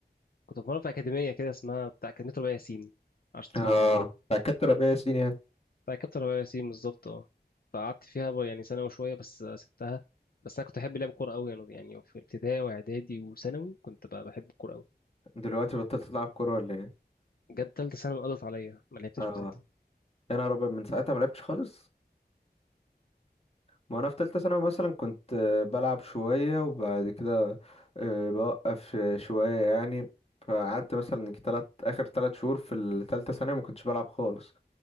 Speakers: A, on the left; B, on the left.
A: كنت بتمرن في اكاديميه كده اسمها بتاع اكاديميه ربيع ياسين معرفش تسمعنا
B: اه
A: ولا لا
B: بتاع كابتن ربيع ياسين يعني
A: بتاع كابتن ربيع ياسين بالظبط اه فقعدت فيها بقى يعني سنة وشوية بس سبتها بس أنا كنت أحب لعب كورة أوي يعني يعني في ابتدائي وإعدادي وثانوي كنت بقى بحب الكورة أوي
B: دلوقتي بطلت تلعب كوره ولا ايه
A: جت تالتة ثانوي قضت عليا ما لعبتش
B: اه
A: من ساعتها
B: انا ربع من ساعتها ما لعبتش خالص ما انا في تالتة ثانوي مثلا كنت آه، بلعب شويه وبعد كده آه، بوقف آه، شويه يعني فقعدت مثلا تلات اخر تلات شهور في التالتة ثانوي ما كنتش بلعب خالص